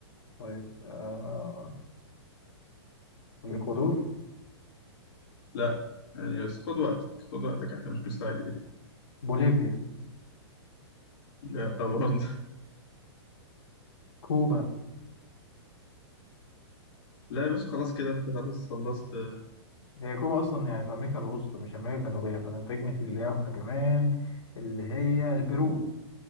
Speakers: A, on the left; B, on the left.
A: طيب آه... الإكوادور
B: لا يعني بس خد وقتك خد وقتك إحنا مش مستعجلين
A: بوليفيا
B: لا برضه
A: كوبا
B: لا يا باشا خلاص كده انت خلاص خلصت
A: هي كوبا اصلا يعني في امريكا الوسطى مش امريكا الجنوبيه فانا تكنيكلي ليها واحده كمان اللي هي البرو